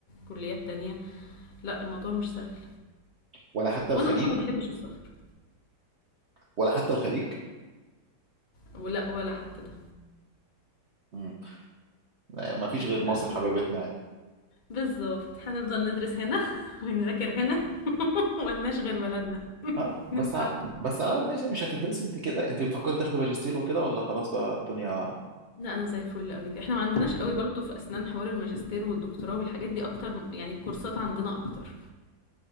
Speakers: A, on the left (about 35°); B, on the right (about 55°).
A: كليات تانية لأ، الموضوع مش سهل،
B: ولا حتى الخليج
A: وأنا أصلًا ما باحبش السفر،
B: ولا حتى الخليج
A: ولأ ولا حتى ده،
B: مم. لا، ما فيش غير مصر
A: ف
B: حبيبتنا يعني
A: بالضبط، هنفضل ندرس هنا <laughs> ونذاكر هنا <laughs> ما لناش غير بلدنا،
B: ها
A: ما
B: بس
A: ينفعش.
B: ع... بس على الأقل ماشي مش هتدرسي أنت كده أنت بتفكري تاخدي ماجستير وكده ولا خلاص بقى الدنيا
A: لأ، أنا زي الفل أوي، إحنا ما عندناش أوي برضه في أسنان حوار الماجستير والدكتوراه والحاجات دي أكتر يعني الكورسات عندنا أكتر.